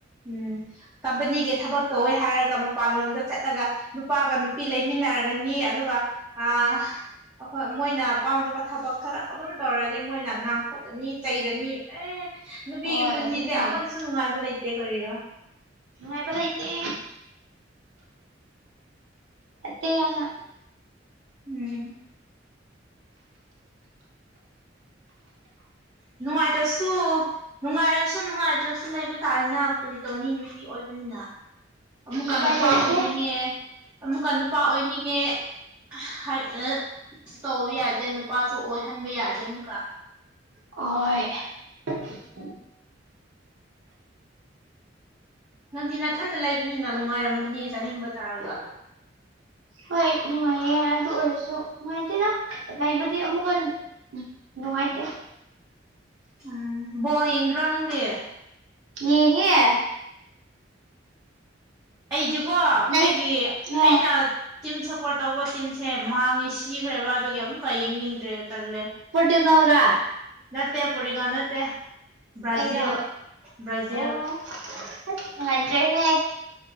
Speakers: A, on the right; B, on the right.
A: ꯎꯝ ꯀꯝꯄꯅꯤꯒꯤ ꯊꯕꯛ ꯇꯧꯋꯦ ꯍꯥꯏꯔꯒ ꯃꯄꯥꯟꯂꯣꯝꯗ ꯆꯠꯂꯒ ꯅꯨꯄꯥꯒ ꯅꯨꯄꯤ ꯂꯩꯃꯤꯟꯅꯔꯒ ꯅꯤ ꯑꯗꯨꯒ ꯑ ꯑꯩꯈꯣꯏ ꯃꯣꯏꯅ ꯄꯥꯝꯗꯕ ꯊꯕꯛ ꯈꯔ ꯑꯗꯨꯝ ꯇꯧꯔꯗꯤ ꯃꯣꯏꯅ ꯉꯥꯡꯊꯣꯛꯀꯅꯤ꯫ ꯆꯩꯔꯅꯤ ꯑꯦ ꯅꯨꯄꯤꯒꯤ
B: ꯍꯣꯏ
A: ꯄꯨꯟꯁꯤꯁꯦ
B: ꯑꯗꯨꯅꯦ
A: ꯑꯃꯗꯁꯨ ꯅꯨꯡꯉꯥꯏꯕ ꯂꯩꯇꯦ ꯀꯔꯤꯔꯣ
B: ꯅꯨꯡꯉꯥꯏꯕ ꯂꯩꯥꯏꯇꯦ ꯐꯠꯇꯦ ꯌꯥꯝꯅ꯫
A: ꯎꯝ ꯅꯨꯡꯉꯥꯏꯗꯁꯨ ꯅꯨꯡꯉꯥꯏꯔꯁꯨ ꯅꯨꯡꯉꯥꯏ ꯏꯇ꯭ꯔꯁꯨ ꯂꯩꯕ ꯇꯥꯔꯦꯅ ꯀꯔꯤ ꯇꯧꯅꯤ ꯅꯨꯄꯤ ꯑꯣꯏꯕꯅꯤꯅ ꯑꯃꯨꯛꯀ
B: ꯎꯄꯥꯏ
A: ꯅꯨꯄꯥ
B: ꯂꯩꯇꯦ
A: ꯑꯣꯏꯅꯤꯡꯉꯦ ꯑꯃꯨꯛꯀ ꯅꯨꯄꯥ ꯑꯣꯏꯅꯤꯡꯉꯦ ꯍꯥꯏ ꯑ ꯁꯨ ꯇꯧꯕ ꯌꯥꯗꯦ ꯅꯨꯄꯥꯁꯨ ꯑꯣꯏꯍꯟꯕ ꯌꯥꯗꯦ ꯑꯃꯨꯛꯀ
B: ꯍꯣꯏ꯫ <inaudible>
A: ꯅꯪꯗꯤ ꯅꯥꯊꯟꯗ ꯂꯩꯕꯅꯤꯅ ꯅꯨꯡꯉꯥꯏꯔꯝꯒꯅꯤ ꯆꯥꯅꯤꯡꯕ ꯇꯥꯔꯒ
B: ꯍꯣꯏ ꯅꯨꯡꯉꯥꯏꯌꯦ ꯑꯗꯨ ꯑꯣꯏꯔꯁꯨ ꯅꯨꯡꯉꯥꯏꯇꯦꯗ ꯂꯩꯕꯗꯤ ꯑꯃꯨꯛꯀ ꯍ ꯎ ꯅꯨꯡꯉꯥꯏꯗꯦ
A: ꯎꯝ ꯕꯜ ꯌꯦꯡꯗ꯭ꯔꯣ ꯅꯪꯗꯤ
B: ꯌꯦꯡꯉꯦ
A: ꯑꯩꯗꯤꯀꯣ
B: ꯅꯪ
A: ꯑꯩꯒꯤ
B: ꯑ
A: ꯑꯩꯅ꯫ ꯇꯤꯝ ꯁꯞꯄꯣꯔꯠ ꯇꯧꯕ ꯇꯤꯝꯁꯦ ꯃꯥꯡꯉꯦ ꯁꯤꯈ꯭ꯔꯦꯕ ꯑꯗꯨꯒꯤ ꯑꯃꯨꯛꯀ ꯌꯦꯡꯅꯤꯡꯗ꯭ꯔꯦ ꯇꯜꯂꯦ
B: ꯄꯇꯒꯥꯎ꯭ꯔꯥ
A: ꯅꯠꯇꯦ ꯄꯨꯔꯤꯒ ꯅꯠꯇꯦ ꯕ꯭ꯔꯥꯖꯤꯜ
B: ꯀꯩꯅꯣ
A: ꯕ꯭ꯔꯖꯤꯜ
B: ꯑꯣ ꯑꯁ ꯅꯨꯡꯉꯥꯏꯇ꯭ꯔꯦꯍꯦ